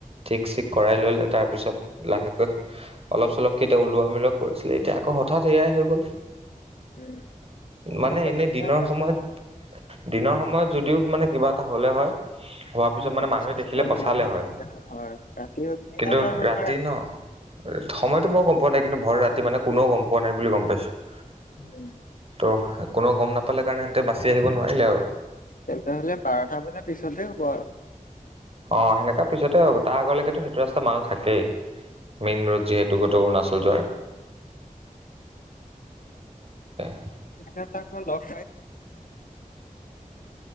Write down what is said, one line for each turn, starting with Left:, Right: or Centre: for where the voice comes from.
Right: ঠিক চিক কৰাই ললে। তাৰপিছত লাহেকৈ অলপ চলপ কেতাও ওলোৱা মিলোৱা কৰিছিলে এতিয়া আকৌ হঠাৎ এয়াই হৈ গ'ল।
Left: উম। পিছত
Right: মানে
Left: মই
Right: এনে
Left: জনামতে
Right: দিনৰ
Left: তাৰ
Right: সময়ত দিনৰ সময়ত
Left: অ
Right: যদিও মানে কিবা এটা হলে হয়। হোৱাৰ
Left: তাতে
Right: পিছত
Left: আমাৰ
Right: মানে
Left: মা-
Right: মানুহে
Left: ওচৰ
Right: দেখিলে
Left: চুবুৰীয়া আমাৰ
Right: বচালে
Left: মানুহে
Right: হয়।
Left: দেখিলে হয় ৰাতি কেইটা
Right: কিন্তু
Left: বজাত হ'ল
Right: ৰাতি
Left: বা
Right: ন, সময়তো মই গম পোৱা নাই কিন্তু ভৰ ৰাতি মানে কোনেও গম পোৱা নাই বুলি গম পাইছো।
Left: উম
Right: ত' কোনেও গম নাপালে কাৰণে সেহতে বাচি আহিব নোৱাৰিলে আৰু
Left: তেন্ত হ'লে বাৰটা বজাৰ পিছতে হ'ব আৰু
Right: অ, সেনেকা পিছতে হব তাৰ আগলৈকেতো সেইটো ৰাস্তা মানুহ থাকেই মেইন ৰোড যিহেতু গোট অৰুণাচল। <unintelligible>
Left: <unintelligible> এই অৰেঞ্জ কালাৰ